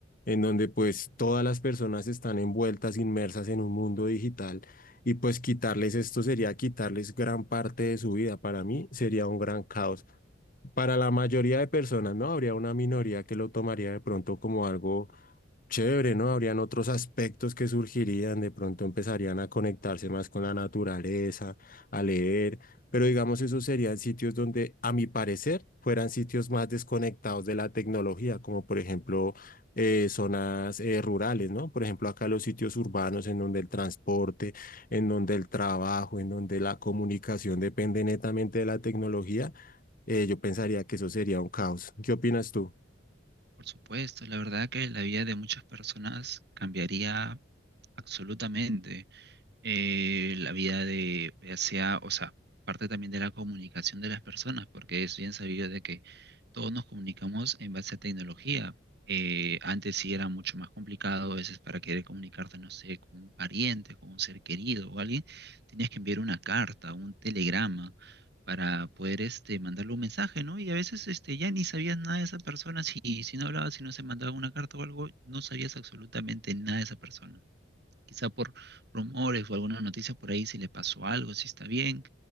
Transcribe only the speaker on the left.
en donde pues todas las personas están envueltas, inmersas en un mundo digital y pues quitarles esto sería quitarles gran parte de su vida. Para mí sería un gran caos. Para la mayoría de personas, ¿no? Habría una minoría que lo tomaría de pronto como algo Chévere, ¿no? Habrían otros aspectos que surgirían, de pronto empezarían a conectarse más con la naturaleza, a leer, pero digamos esos serían sitios donde, a mi parecer, fueran sitios más desconectados de la tecnología, como por ejemplo eh, zonas eh, rurales, ¿no? Por ejemplo, acá los sitios urbanos en donde el transporte, en donde el trabajo, en donde la comunicación depende netamente de la tecnología, eh, yo pensaría que eso sería un caos. ¿Qué opinas tú?